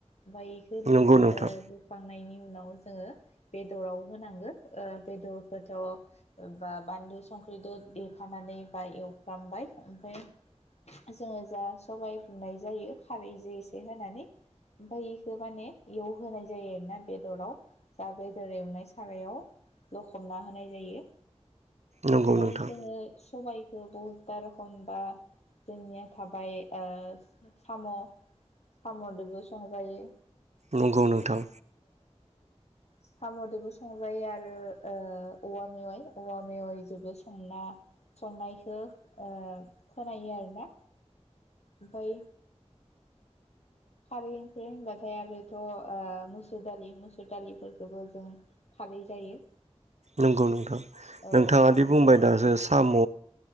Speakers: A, on the left (about 70°); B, on the right (about 80°).
A: मफ्राय एखौ लुखां
B: नंगौ नोंथां
A: ओ लुखांनायनि उन उनाव जोङो बेदराव होनांगौ ओ बेदरखौथ' बा बानलु संख्रिजों देखानानै बा एवफ्रामबाय ओमफ्राय जोङो जा सबाइ बुनाय जायो खारैजों एसे होनानै ओमफाय बेखौ माने एवहोनाय जायो आरोना बेदराव जा बेदर एवनाय सारायाव लखबना होनाय जायो।
B: नंगौ
A: ओमफाय
B: नोंथां
A: जोङो सबाइ बहुतथा रोखमबा जोंनिया थाबाय ओ साम साम जोंबो संजायो
B: नंगौ नोंथां‌।
A: सामदबो संजायो आरो ओ औवा मेवाइ औवा मेवाइ जबो संना संनायखौ ओ खोनायो आर ना ओमफाय खारै ओंख्रि होनबाथाय आरोथ ओ मुसुर दालि मुसुर दालिफोरखौबो जों खारै जायो।
B: नंगौ नोंथां
A: औ
B: नोंथाङादि
A: खारै
B: बुंबाय
A: जायो
B: दाजे साम